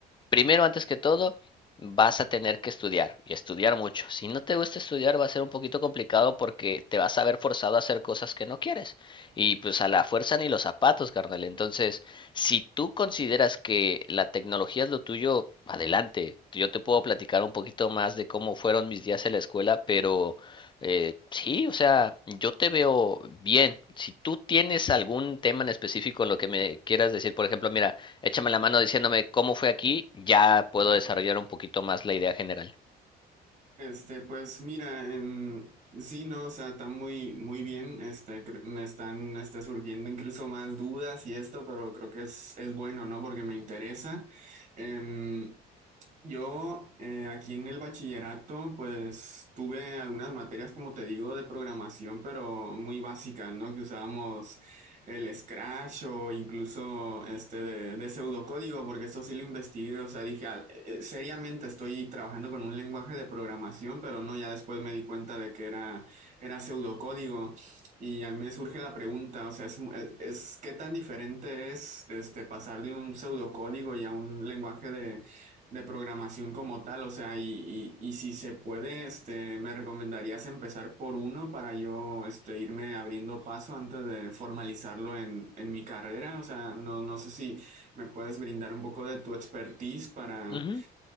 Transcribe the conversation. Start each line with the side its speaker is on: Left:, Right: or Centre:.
Left: Primero, antes que todo, vas a tener que estudiar y estudiar mucho. Si no te gusta estudiar, va a ser un poquito complicado porque te vas a ver forzado a hacer cosas que no quieres. Y pues a la fuerza ni los zapatos, carnal. Entonces, si tú consideras que la tecnología es lo tuyo, adelante. Yo te puedo platicar un poquito más de cómo fueron mis días en la escuela, pero eh, sí, o sea, yo te veo bien. Si tú tienes algún tema en específico en lo que me quieras decir, por ejemplo, mira, échame la mano diciéndome cómo fue aquí, ya puedo desarrollar un poquito más la idea general.
Right: Este, pues mira, em, sí, no, o sea, está muy, muy bien. Este, cre- me están, este, surgiendo incluso más dudas y esto, pero creo que es, es bueno, ¿no? Porque me interesa. Em, yo eh, aquí en el bachillerato pues tuve algunas materias como te digo de programación pero muy básicas, ¿no? Que usábamos el Scratch o incluso este de, de pseudocódigo porque esto sí lo investigué, o sea, dije "Ah, eh, eh, seriamente estoy trabajando con un lenguaje de programación pero no, ya después me di cuenta de que era, era pseudocódigo. Y a mí me surge la pregunta, o sea, es, mu- es, es- ¿qué tan diferente es este pasar de un pseudocódigo y a un lenguaje de, de programación como tal, o sea, y, y, y si se puede, este, me recomendarías empezar por uno para yo, este, irme abriendo paso antes de formalizarlo en, en mi carrera, o sea, no, no sé si me puedes brindar un poco de tu expertise para,
Left: Ujú,